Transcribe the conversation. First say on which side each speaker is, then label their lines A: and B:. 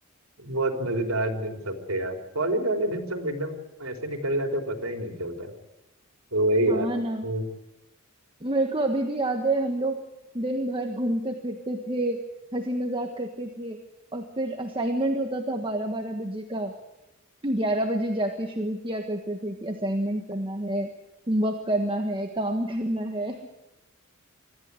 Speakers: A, on the right (about 80°); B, on the right (about 25°).
A: बहुत मजेदार दिन सब थे यार कॉलेज वाले दिन सब एकदम ऐसे निकल जाते पता ही नहीं चलता तो वही
B: हाँ
A: यार तो-
B: ना मेरे को अभी भी याद है हम लोग दिन भर घूमते फिरते थे हंसी मजाक करते थे और फिर असाइनमेंट होता था बारह बारह बजे का ग्यारह बजे जाके शुरू किया करते थे कि असाइनमेंट करना है होमवर्क करना है काम करना है